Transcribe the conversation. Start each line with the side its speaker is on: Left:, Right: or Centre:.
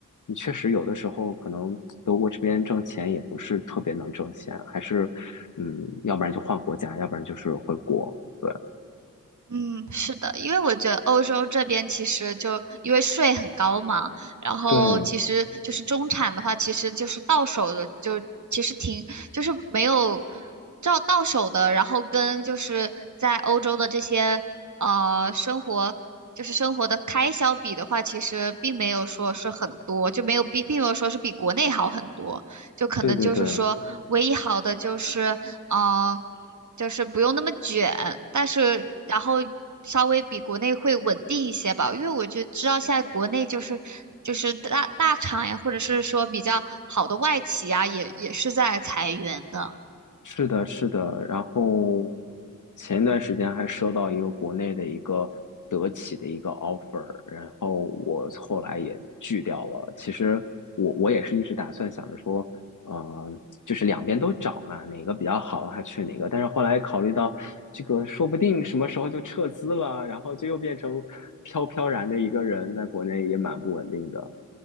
Left: 你确实有的时候可能德国这边挣钱也不是特别能挣钱，还是嗯，要不然就换国家，要不然就是回国。对，
Right: 嗯，是的，因为我觉得欧洲这边其实就因为税很高嘛，然后其实就是中产的话，
Left: 对，
Right: 其实就是到手的就其实挺就是没有照到手的，然后跟就是在欧洲的这些呃生活就是生活的开销比的话，其实并没有说是很多，就没有比并没有说是比国内好很多，就可能就是说唯一好的就是嗯。
Left: 对对对，
Right: 呃就是不用那么卷，但是然后稍微比国内会稳定一些吧，因为我就知道现在国内就是就是大大厂呀，或者是说比较好的外企呀，也也是在裁员的。
Left: 是的，是的。然后前一段时间还收到一个国内的一个德企的一个 offer，然后我后来也拒掉了。其实我我也是一直打算想着说，呃，就是两边都找嘛，哪个比较好的话去哪个。但是后来考虑到这个，说不定什么时候就撤资了，然后就又变成飘飘然的一个人，在国内也蛮不稳定的。